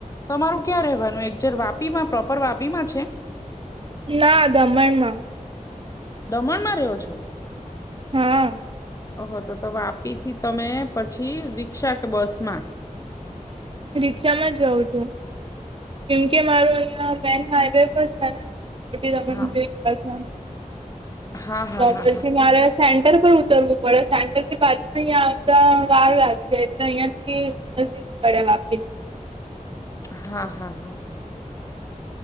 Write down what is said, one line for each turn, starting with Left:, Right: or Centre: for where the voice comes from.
Left: તમારું ક્યાં રવાનું એક જેર વાપી માં પ્રોપર વાપી માં છે
Right: ના દમણમાં
Left: દમણમાં રહ્યો છો
Right: હા
Left: ઓહો તો ત વાપીથી તમે પછી રિકષા કે બસ માં
Right: રિક્ષામાં જ જઉં છું જેમ કે મારું અહિયાં મેન હાઈવે પર છે ને મોટી દમનસન
Left: હા હા હા
Right: તો
Left: હા
Right: પછી
Left: હા
Right: મારે સેન્ટર પર ઉતરવું પડે સેન્ટરથી પાછું અહંયા આવતા વાર લાગી જાય એટલે અહિયાંથી નજીક પડે વાપી
Left: હા હા હા